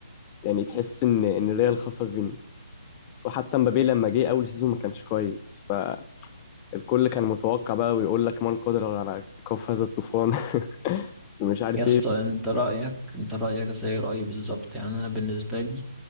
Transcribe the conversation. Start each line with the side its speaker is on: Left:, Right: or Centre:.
Left: يعني تحس ان ان ريال خسر فيني وحتى مبابي لما جه اول سيزون ما كانش كويس فالكل كان متوقع بقى ويقول لك من قدر على كف هذا الطوفان <laughs> ومش عارف
Centre: يا اسطى
Left: ايه بس
Centre: انت رايك انت رايك زي رايي بالظبط يعني انا بالنسبه لي